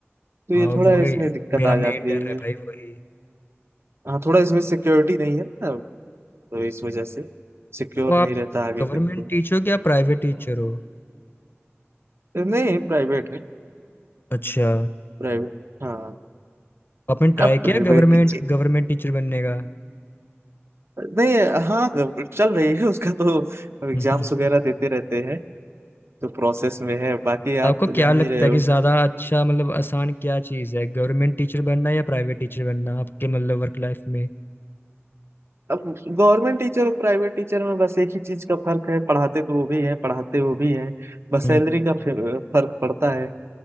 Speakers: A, on the right; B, on the left.
A: तो
B: हाँ
A: ये थोड़ा
B: वही
A: इसमें दिक्कत
B: मेरा
A: आ जाती
B: मेन डर
A: है
B: है भाई वही
A: हाँ थोड़ा इसमें सिक्योरिटी नहीं है ना तो इस वजह से सिक्योर
B: तो आप
A: नहीं रहता आगे
B: गवर्नमेंट
A: तक तो
B: टीचर हो कि आप प्राइवेट टीचर हो
A: नहीं प्राइवेट है
B: अच्छा
A: प्राइवेट हाँ
B: आपने ट्राई
A: अब प्राइवेट
B: किया गवर्नमेंट
A: टीचर
B: गवर्नमेंट टीचर बनने का
A: नहीं हाँ चल रही है उसका तो अब एग्जाम्स
B: हम्म।
A: वगैरह देते रहते हैं तो प्रोसेस में है बाकी
B: तो आपको
A: आप तो
B: क्या
A: जान
B: लगता
A: ही रहे हो
B: है कि ज्यादा अच्छा मतलब आसान क्या चीज है गवर्नमेंट टीचर बनना या प्राइवेट टीचर बनना आपके मतलब वर्क लाइफ में
A: अब गवर्नमेंट टीचर और प्राइवेट टीचर में बस एक ही चीज का फर्क है पढ़ाते तो वो भी हैं पढ़ाते वो भी हैं बस
B: हम्म
A: सैलरी का फे- फर्क पड़ता है